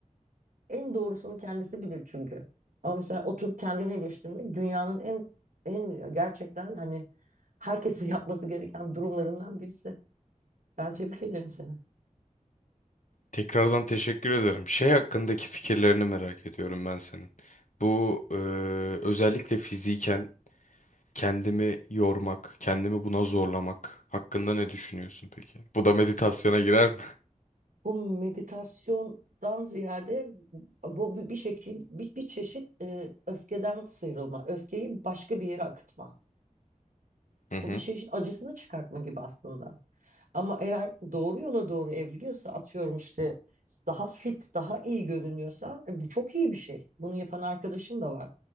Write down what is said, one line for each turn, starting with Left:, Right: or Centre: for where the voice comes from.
Right: En doğrusunu kendisi bilir çünkü. Ama mesela oturup kendini eleştirmek dünyanın en en gerçekten hani herkesin <laughs> yapması gereken durumlarından birisi. Ben tebrik ederim seni.
Left: Tekrardan teşekkür ederim. Şey hakkındaki fikirlerini merak ediyorum ben senin. Bu eee, özellikle fiziken kendimi yormak, kendimi buna zorlamak hakkında ne düşünüyorsun peki? Bu da meditasyona girer mi?
Right: bu meditasyondan ziyade bu bir bir şekil bir, bir çeşit e, öfkeden sıyrılma, öfkeyi başka bir yere akıtma.
Left: Hı hı.
Right: Bu bir çeşit acısını çıkartma gibi aslında. Ama eğer doğru yola doğru evriliyorsa atıyorum işte daha fit, daha iyi görünüyorsan e, bu çok iyi bir şey. Bunu yapan arkadaşım da var.